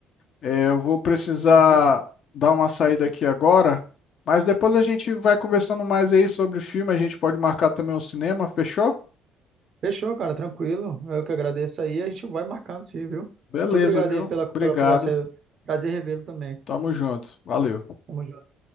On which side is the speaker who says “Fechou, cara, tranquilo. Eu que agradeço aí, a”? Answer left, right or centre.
Right